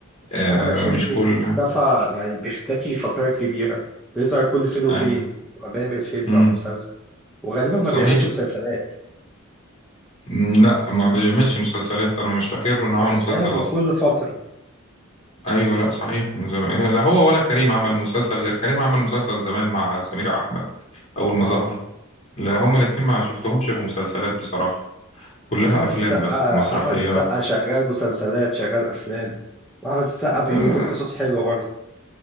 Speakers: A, on the left; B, in the centre.
A: آه
B: بس أحمد حلمي
A: مش كل
B: اختفى يعني بيختفي فترات كبيرة بيظهر كل فين وفين
A: آه.
B: لما بيعمل فيلم
A: مم.
B: أو مسلسل وغالبا ما
A: صحيح
B: بيعملش مسلسلات
A: مم، لا ما بيعملش مسلسلات انا مش فاكر انه
B: هي
A: عمل
B: أفلام
A: مسلسل
B: وكل
A: اصلا
B: فترة
A: ايوه لا صحيح من زمان لا هو ولا كريم عمل مسلسل غير كريم عمل مسلسل زمان مع سمير احمد اول
B: اه
A: ما ظهر لا هما الاتنين ما شفتهمش في مسلسلات بصراحه كلها
B: أحمد
A: افلام
B: السقا
A: بس ومسرحيات
B: أحمد السقا شغال مسلسلات شغال أفلام وأحمد السقا بيقول
A: آه،
B: قصص حلوة برضه